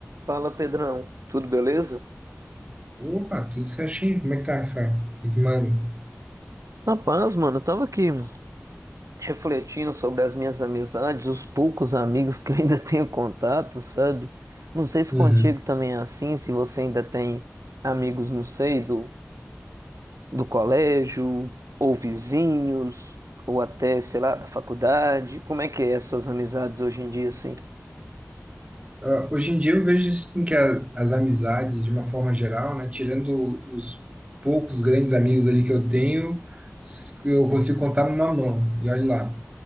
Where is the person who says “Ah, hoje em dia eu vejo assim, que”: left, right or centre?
Right